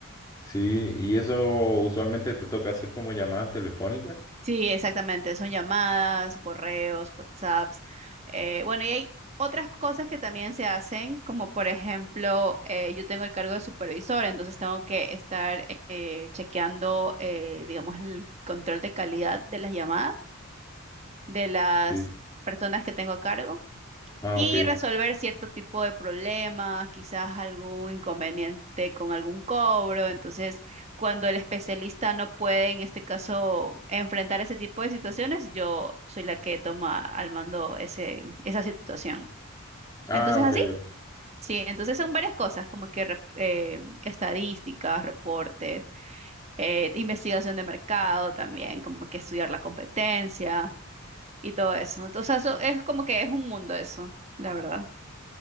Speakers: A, on the left (about 15°); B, on the right (about 30°).
A: Sí, y eso usualmente te toca hacer como llamadas telefónicas.
B: Sí, exactamente, son llamadas, correos, WhatsApps. eh, bueno, y hay otras cosas que también se hacen, como por ejemplo, eh, yo tengo el cargo de supervisor, entonces tengo que estar eh, chequeando, eh, digamos, el control de calidad de las llamadas. de las
A: Sí.
B: personas que tengo a cargo
A: Ah,
B: y
A: ok.
B: resolver cierto tipo de problemas, quizás algún inconveniente con algún cobro. Entonces, cuando el especialista no puede, en este caso, enfrentar ese tipo de situaciones, yo soy la que toma al mando ese, esa situación.
A: Ah,
B: Entonces,
A: ok,
B: así,
A: ok.
B: sí, entonces son varias cosas, como que rep- eh, estadísticas, reportes, eh, investigación de mercado también, como que estudiar la competencia y todo eso. Entonces, eso es como que es un mundo eso, la verdad.